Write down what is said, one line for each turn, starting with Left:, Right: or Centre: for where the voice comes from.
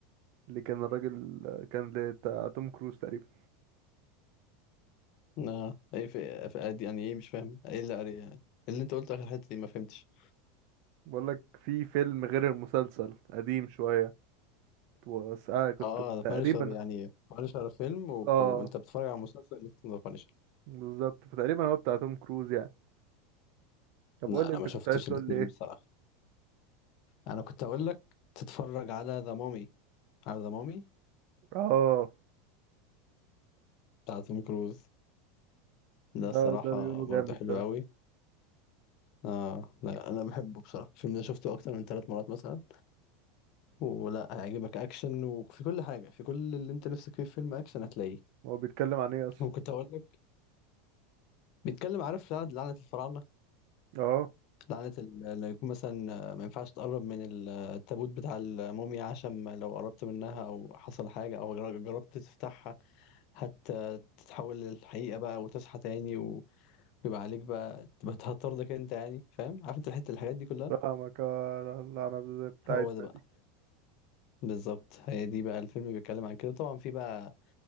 Right: اللي كان الراجل كان ده بتاع توم كروز تقريبا
Left: لا ايه في, في ادي يعني ايه مش فاهم ايه اللي قري يعني اللي انت قلته اخر حته دي ما فهمتش
Right: بقول لك في فيلم غير المسلسل قديم شوية بس آه كنت
Left: اه ذا بانشر
Right: تقريبا
Left: يعني بانشر فيلم وب-
Right: اه
Left: وانت بتتفرج على مسلسل اسمه ذا بانشر
Right: بالظبط فتقريبا هو بتاع توم كروز يعني طب
Left: لا
Right: قول لي
Left: انا
Right: انت
Left: ما شفتش
Right: كنت عايز تقول
Left: الاثنين
Right: لي ايه
Left: بصراحه انا كنت اقول لك تتفرج على ذا مامي على ذا مامي
Right: اه
Left: بتاع توم كروز ده
Right: ده
Left: الصراحه
Right: ده بيقولوا
Left: برضه
Right: جامد
Left: حلو
Right: فعلا
Left: قوي اه لا انا بحبه بصراحه الفيلم ده شفته اكتر من ثلاث مرات مثلا ولا هيعجبك اكشن وفي كل حاجه في كل اللي انت نفسك فيه في فيلم اكشن هتلاقيه
Right: هو بيتكلم عن ايه اصلا
Left: وكنت اقول لك بيتكلم عارف لعنه لعنه الفراعنه
Right: اه
Left: لعنه ال- اللي يكون مثلا آه، ما ينفعش تقرب من ال- آه، التابوت بتاع الموميا عشان ما- لو قربت منها او حصل حاجه او جر- جربت تفتحها هت- تتحول للحقيقه بقى وتصحى تاني بيبقى عليك بقى تبقى تهطردك انت يعني فاهم عارف انت الحته الحاجات دي كلها
Right: فاهمك آه، اللعنة بتاعتنا
Left: هو ده بقى بالظبط هي دي بقى الفيلم بيتكلم عن كده طبعا في بقى